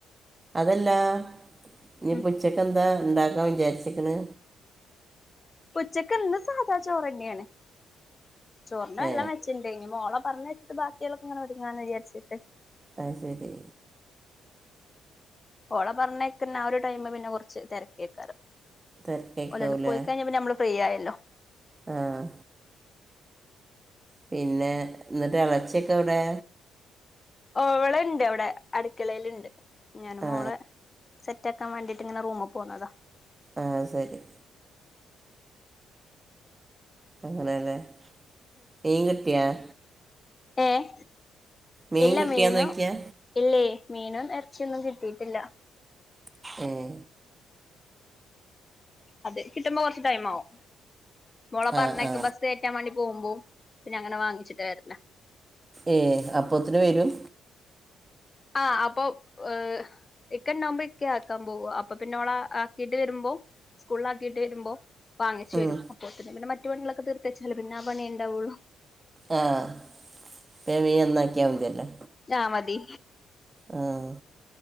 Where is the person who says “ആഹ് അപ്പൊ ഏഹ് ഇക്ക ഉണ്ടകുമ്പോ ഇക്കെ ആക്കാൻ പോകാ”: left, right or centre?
Left